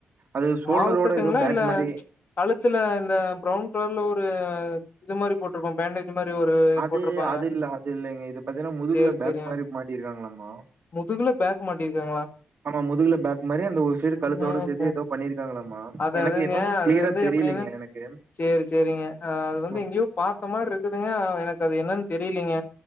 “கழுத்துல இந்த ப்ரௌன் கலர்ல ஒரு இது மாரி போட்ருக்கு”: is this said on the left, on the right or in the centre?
Left